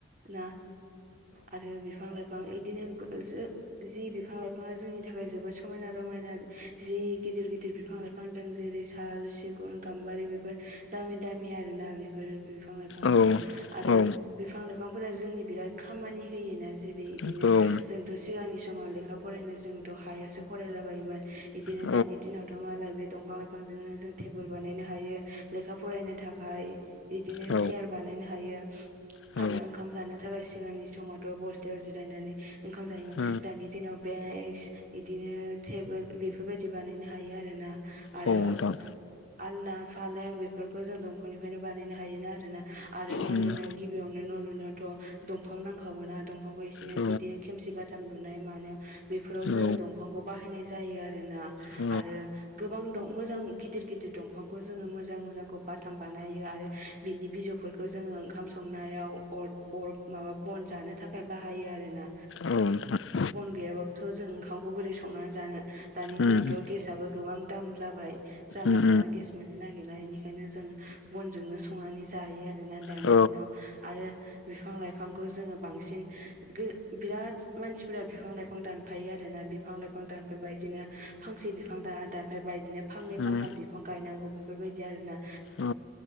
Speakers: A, on the right (about 40°); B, on the left (about 65°).
A: ना आरो बिफां लाइ बिफां इदिनो जि बिफां लाइफाङा जोंनि थाखाय जोबोद समायना रमायना। जि गिदिर गिदिर बिफां लाइफां दं जेरै साल सिगुन गाम बारि बेफोर दामि दामि आरोना बेफोर बिफां लाइफांफोरा
B: औ
A: आरो बिफां लाइफांफोरा जोंनि बिराद खामानि होयोना जेरै इदिनो
B: औ औ
A: जोंथ' सिगांनि समाव लेखा फरायनो जोंथ' हायासो फरायलाबायोमोन इदिनो
B: औ
A: दानि दिनाव' थ' मालायब दंफां लाइफांजोंनो जों टेबोल बानायनो हायो लेखा फरायनो था खाय इदिनो
B: औ
A: चियार बानायनो हायो।
B: उम
A: आरो ओंखाम जानो थाखाय सिगांनि समावथ' बस्थायाव जिरायनानै ओंखाम जायोमोन
B: औ
A: दानि दिनाव बे बेक्स बिदिनो टेबोल बेफोरबायदि बानायनो हायो आरोना आरो।
B: औ नोंथां
A: आलना फालें बेफोरखौ जों दंफांनिफ्रायनो बानायनो हायोना आरोना आरो न'
B: उम
A: लुनायाव गिबियावनो न' लुनायाव थ' दंफां नांखागोना दंफांखौ बिदिनो
B: औ
A: खेमसि बाथाम फुनाय मानायाव बेफोराव जोङो
B: औ
A: दंफांखौ बाहायनाय जायो आरोना
B: औ
A: आरो गोबां दं मोजां गिदिर गिदिर दंफांखौ जोङो मोजां मोजांखौ बाथाम बानायो आरो बिनि बिजौफोरखौ जोङो ओंखाम संनायावर अर अर माबा बन जानो था खाय बाहायो आरोना
B: औ नोंथां
A: बन गैयाबाबोथ' जों ओंखामखौ बोरै संनानै जानो दानि दिनावथ'
B: उम
A: गेसआबो गोबां दाम जाबाय जानला
B: उम
A: माला गेस मोननो नागिरला बेनिखायनो जों बनजोंनो संनानै जायो आरोना दानि
B: उम औ
A: दिनाव आरो बिफां लाइफांखौ जोङो बांसिन बिराद मानसि फोरा बिफां लाइफां दानफायो आरोना बिफां लाइफां दानफायबाया बिदिनो फांसे बिफां दानफायबाया बिदिनो फांनै
B: उम
A: फांथाम बिफां गायनांगौ बेफोरबायदि आरोना
B: औ